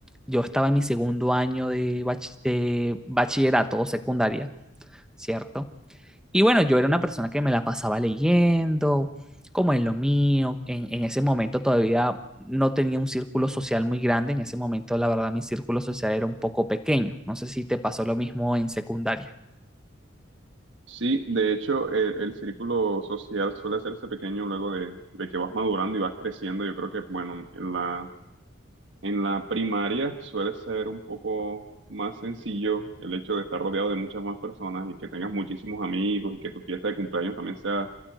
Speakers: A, in the centre; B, on the right.
A: yo estaba en mi segundo año de, bach- de bachillerato o secundaria, ¿cierto? Y bueno, yo era una persona que me la pasaba leyendo, como en lo mío. En, en ese momento todavía no tenía un círculo social muy grande. En ese momento, la verdad, mi círculo social era un poco pequeño. No sé si te pasó lo mismo en secundaria.
B: Sí, de hecho, eh, el, círculo social suele hacerse pequeño luego de, de que vas madurando y vas creciendo. Yo creo que, bueno, en la En la primaria suele ser un poco más sencillo el hecho de estar rodeado de muchas más personas y que tengas muchísimos amigos y que tu fiesta de cumpleaños también sea